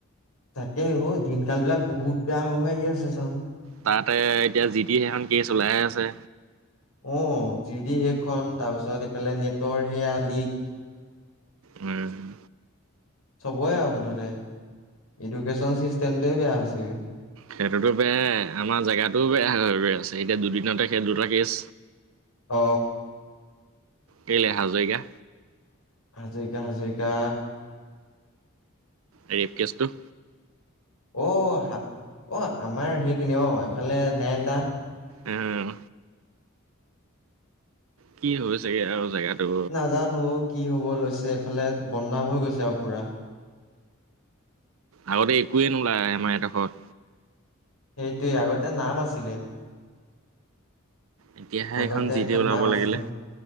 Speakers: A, on the left (about 90°); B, on the right (about 70°).
A: তাকে অঁ দিনকাল বিলাক বহুত বেয়া হ হৈ আহি আছে চা কঁ
B: তাতে এতিয়া জি টি সেইখন কেছ ওলাই আছে।
A: অ জিদি সেইখন তাৰপিছত এইফালে নেটৰ সেয়া লিক
B: উম,
A: চবই আৰু মুঠতে এডুকেশচন চিষ্টেমটোৱে বেয়া হৈছেগে
B: সেইটোতো বেয়াই আমাৰ জেগাতটোও বেয়া হৈ গৈ আছে, এতিয়া দুদিনতে সেই দুটা কেচ
A: অ
B: কেলে হাজৰিকা
A: হাজৰিকা হাজৰিকা
B: ৰেপ কেছটো
A: অ অ আমাৰ সেইখিনি অ এইফালে নয়ন দা
B: উম কি হৈছেগে আৰু জেগাটো
A: নাজানো অ কি হব লৈছে এইফালে বদনাম হৈ গৈছে আৰু পুৰা
B: আগতে একোৱে নোলায় আমাৰ এদখত
A: সেইটোৱেই আগতে নাম আছিলে
B: এতিয়াহে
A: আগতে
B: এইখন যি
A: এখন
B: টি ওলাব
A: নাম আছিলে
B: লাগিলে